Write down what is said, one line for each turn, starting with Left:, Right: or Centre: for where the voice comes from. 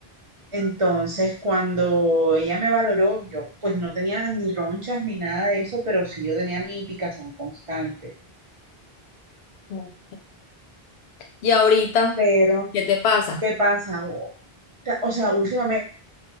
Right: Entonces, cuando ella me valoró, yo pues no tenía ni ronchas ni nada de eso, pero sí yo tenía mi picazón constante.
Left: Ok. ¿Y ahorita
Right: Pero,
Left: qué te pasa?
Right: ¿qué pasa? O, o sea, últimamente